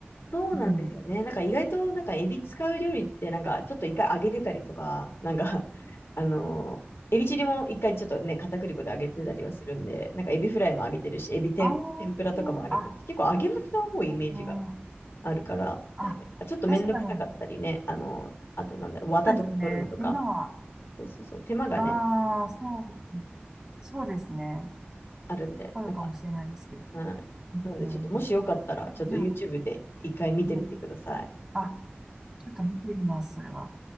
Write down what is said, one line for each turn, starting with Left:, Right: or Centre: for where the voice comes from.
Left: そうなんですよね。
Right: うん。
Left: なんか意外となんかエビ使う料理ってなんかちょっと一回揚げてたりとか、なんか <laughs> あのーエビチリも一回ちょっとね、片栗粉で揚げてたりはするんで、なんかエビフライも揚げてるし、エビ天、
Right: あー、
Left: 天ぷらとかも揚げてるし、
Right: あ、
Left: 結構揚げ物が多いイメージが
Right: あー、
Left: あるから、確かにちょっとめんどくさかったりね、
Right: あ、確かに、
Left: あのーあとなんだろう、綿とか取るのとか、
Right: そうですね。手間は、
Left: そうそうそう、手間がね、
Right: ああ、そう、そうですね。
Left: あるんで、
Right: あるかもしれないですけど。
Left: なんか、はい。なんでちょっともしよかったら、
Right: うん、
Left: ちょっと
Right: でも、
Left: YouTube で一回見てみてください。
Right: うんあ、ちょっと見てみます、それは。